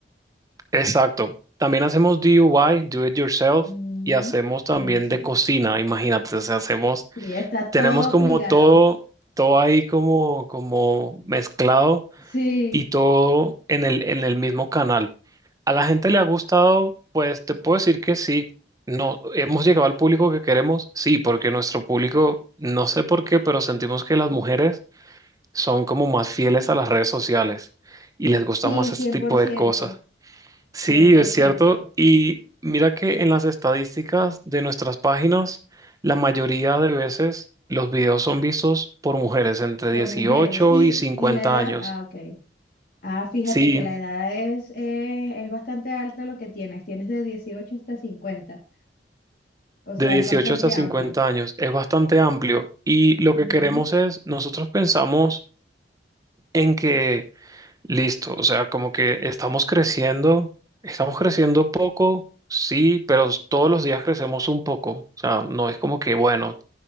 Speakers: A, on the right; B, on the left.
A: exacto. También hacemos DIY, do it yourself,
B: Ujú,
A: y hacemos también
B: Buenísimo.
A: de cocina. Imagínate, o sea, hacemos
B: Sí, está
A: tenemos
B: todo
A: como
B: ligado.
A: todo, todo ahí como, como mezclado
B: Sí,
A: y todo en el, en el mismo canal. ¿A la gente le ha gustado? Pues te puedo decir que sí. No, hemos llegado al público que queremos, sí, porque nuestro público, no sé por qué, pero sentimos que las mujeres son como más fieles a las redes sociales y les gusta
B: sí,
A: más
B: cien cien
A: este tipo
B: por ciento
A: de cosas. Sí,
B: cien por
A: es
B: ciento
A: cierto. Y mira que en las estadísticas de nuestras páginas, la mayoría de veces los videos son vistos por mujeres entre
B: por
A: 18
B: mujeres. ¿Y,
A: y 50
B: y la edad?
A: años.
B: Ah, ok. Ah, fíjate
A: Sí,
B: que la edad es, eh, es bastante alta lo que tienes. Tienes de 18 hasta cincuenta O sea,
A: de dieciocho
B: es bastante
A: hasta 50
B: amplio.
A: años. Es bastante amplio. Y lo
B: Ujú,
A: que queremos es, nosotros pensamos en que, listo, o sea, como que estamos creciendo, estamos creciendo poco. Sí, pero todos los días crecemos un poco. O sea, no es como que, bueno,